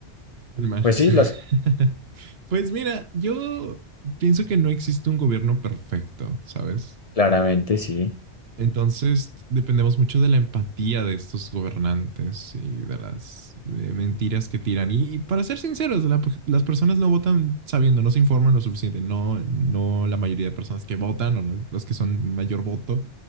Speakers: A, on the right; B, on the left.
A: El Marx.
B: pues sí, las,
A: <laughs> Pues mira, yo pienso que no existe un gobierno perfecto, ¿sabes?
B: claramente sí.
A: Entonces, dependemos mucho de la empatía de estos gobernantes y de las eh, mentiras que tiran. Y, y para ser sinceros, la- las personas no votan sabiendo, no se informan lo suficiente. No, no la mayoría de personas que votan o lo- los que son mayor voto